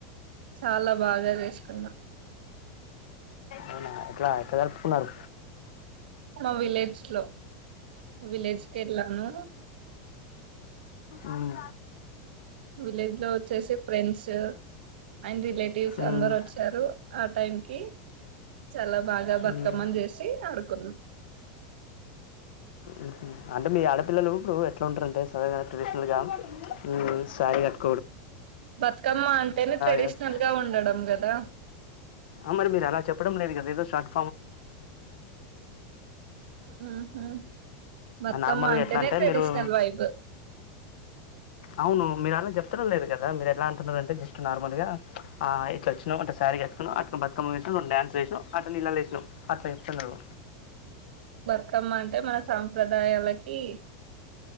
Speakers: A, on the right (about 80°); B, on the left (about 75°).
A: చాలా బాగా చేసుకున్నా
B: అవునా ఎట్లా ఎట్లా జరుపుకున్నారు
A: మా విలేజ్ లో విలేజ్ కెళ్ళాను
B: మ్మ్.
A: విలేజ్ లో వచ్చేసి ఫ్రెండ్స్ అండ్ రిలేట్ టివ్స్
B: మ్మ్.
A: అందరు వచ్చారు ఆ టైం కి చాలా బాగా బతుకమ్మని
B: మ్మ్.
A: చేసి ఆడుకున్నాం
B: మ్మ్. అంటే మీ ఆడపిల్లలు ఇప్పుడు ఎట్లా ఉంటారంటే సర ట్రెడిషనల్గ మ్మ్ శారీ కట్టు
A: బతుకమ్మ అంటేనే ట్రెడిషనల్
B: చేస్-
A: గా ఉండడం కదా
B: అమరి మీరు అలా చెప్పడం లేదు కదా ఏదో స్టార్ట్
A: మ్మ్ హ్మ్ బతుకమ్మ
B: నార్మల్గా
A: అంటేనే
B: ఎట్లా అంటే
A: ట్రెడిషనల్
B: మీరు
A: వైబ్
B: అవును మీరు అలా చెప్తుడం లేదు కదా మీరు ఎలా అంటున్నన్నారు అంటే జస్ట్ నార్మల్ గా ఆ ఇట్లచ్చినం అంటే శారీ కట్టుకున్నాం అ బతుకమ్మ పెట్టి రెండు డాన్సులు చేసినం అట్ ఇలా లేసినమ్ అట్లా చెప్తన్నారు
A: తుకమ్మ అంటే మన సాంప్రదాయాలకి